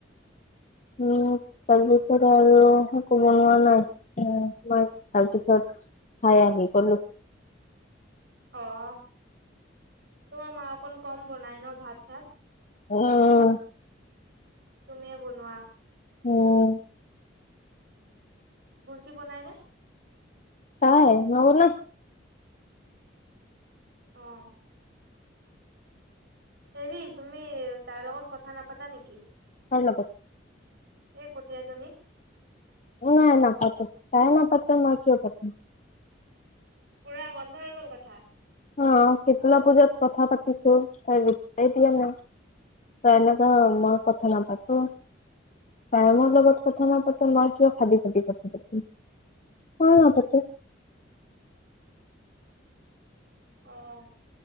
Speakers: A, on the left; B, on the right.
A: উম তাৰপিছত আৰু একো বনোৱা নাই। মই তাৰপিছত খাই আহি গ'লো।
B: অ'। তোমাৰ মা অকণ কম বনায় ন ভাত-চাত?
A: উম।
B: তুমিয়ে বনোৱা।
A: উম।
B: ভণ্টি বনায় নে?
A: তাই? নবনায়।
B: অ' হেৰি, তুমি তাৰ লগত কথা নাপাতা নেকি?
A: কাৰ লগত?
B: এই কটীয়াজনী।
A: নাই নাপাতো। তাই নাপাতে, মই কিয় পাতিম?
B: পুৰা বন্ধ হৈ গ'ল কথা।
A: অ' শীতলা পূজাত কথা পাতিছো, তাই দিয়া নাই। ত এনেকা মই কথা নাপাতো। তাই মোৰ লগত কথা নাপাতে, মই কিয় খাদি-খাদি কথা পাতিম, মইও নাপাতো।
B: অ'